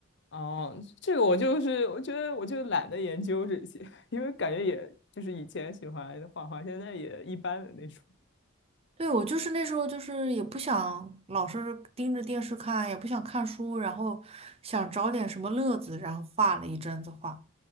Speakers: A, on the left; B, on the right.
A: 哦，这个我就是我觉得我就懒得研究这些，<laughs> 因为感觉也就是以前喜欢画画，现在也一般的那种。
B: 对，我就是那时候就是也不想老是盯着电视看，也不想看书，然后想找点什么乐子，然后画了一阵子画。